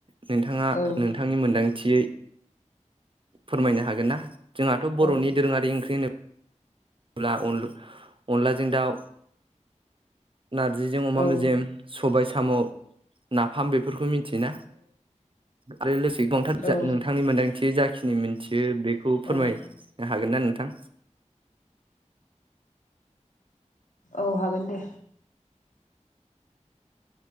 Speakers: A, on the right; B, on the left.
A: नोंथाङा
B: औ
A: नोंथांनि मोनदांथियै फोरमायनो हागोन ना जोंहाथ' बर'नि
B: औ
A: दोरोङारि ओंख्रि होनोबो ला अनला जों दाउ नारजिजों अमा
B: औ
A: मेजेम सबाय साम' नाफाम बेफोरखौ मिथि मिथिना आरो लोगोसे गोबांथार
B: औ
A: नोंथांनि मोनदांथि जाखिनि मोनथियो बे खौ
B: ओं
A: फोरमायनो हागोन ना नोंथां
B: औ हागोन दे